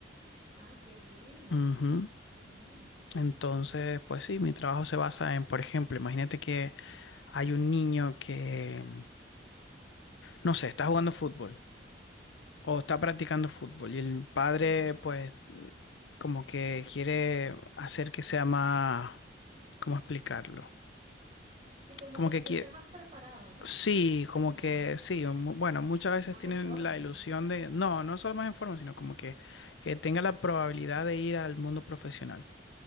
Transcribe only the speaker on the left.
Ujú.
Entonces, pues sí, mi trabajo se basa en, por ejemplo, imagínate que hay un niño que, no sé, está jugando fútbol o está practicando fútbol y el padre,
pues, como que quiere hacer que sea más, ¿cómo explicarlo?
Como
que quiere,
sí,
como que sí, mu- bueno, muchas
veces
tienen
la ilusión de, no, no solo más en forma, sino como que, que tenga la probabilidad de ir al mundo profesional.